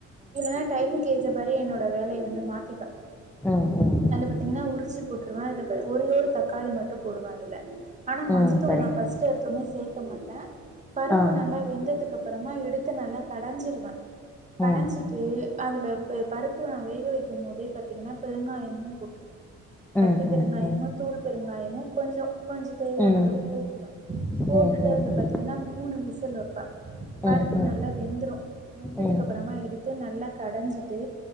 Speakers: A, on the right; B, in the centre.
A: இல்லன்னா டைமுக்கு ஏத்தபடி என்னோட வேலய வந்து மாத்திப்ப
B: ம் ம் ம்
A: அதுல பாத்தீங்ன்னா உருச்சி போட் ருவ அதுல ஒரு ஒரு தக்காளி மட்டும் போடுவா அதுல ஆனா மஞ்சத்தூள்
B: ம் சரிங்க
A: நா பஸ் ட்டு எடுத்த ஒன்னே சேக்க மாட்ட பருப்பு
B: ஆ
A: நல்லா வெந்ததுக் அப்புறமா எடுத்து நல்லா கடஞ்சிடுவ கடஞ்சிட்டு
B: ம்
A: அதுல பருப்பு நா வேக வெக்கும் போதே பாத்தீங்கன்னா பெருங்காயமு போட்டு கட்டி
B: ம்
A: பெருங்காயமோ
B: ம் ம்
A: தூள் பெருங்காயமோ கொஞ்சம் கொஞ்சம் தேவையான
B: ம்
A: அளவு போட்ருவ போட்டுட்டு
B: ம்
A: அதுல
B: ம் ம்
A: பாத்தீங்கன்னா மூணு விசில் வெப்ப
B: ம்
A: பருப்பு
B: ம்
A: நல்லா வெந்துரு வெந்ததுக்கு
B: ம்
A: அப்புறமா எடுத்து நல்லா கடஞ்சிட்டு